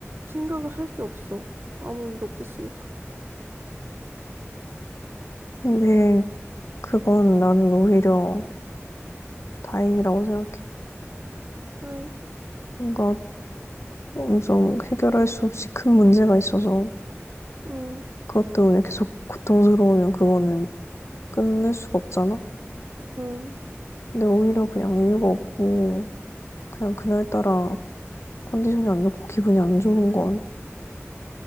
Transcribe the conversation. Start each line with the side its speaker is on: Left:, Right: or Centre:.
Right: 생각을 할 게 없어. 아무 일도 없었으니까.
Left: 근데 그건 나는 오히려 다행이라고 생각해.
Right: 왜?
Left: 뭔가 엄청 해결할 수 없이 큰 문제가 있어서
Right: 응,
Left: 그것 때문에 계속 고통스러우면 그거는 끝낼 수가 없잖아.
Right: 응,
Left: 근데 오히려 그냥 이유가 없고 그냥 그날따라 컨디션이 안 좋고 기분이 안 좋은 건